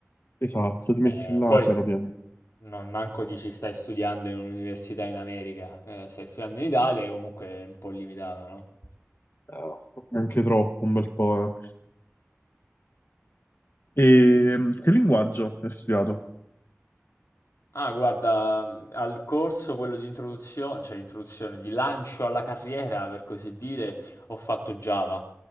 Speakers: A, on the left; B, on the left.
A: Esatto, ti metti
B: Eh,
A: là
B: poi
A: piano piano.
B: non manco dici stai studiando in un'università in America, eh, stai studiando in Italia, e comunque è un po' limitata, no?
A: Eh, Anche troppo, un bel po'. eh. E mm, che linguaggio hai studiato?
B: Ah, guarda, al corso quello di introduzione, cioè di introduzione, di lancio alla carriera, per così dire, ho fatto Java,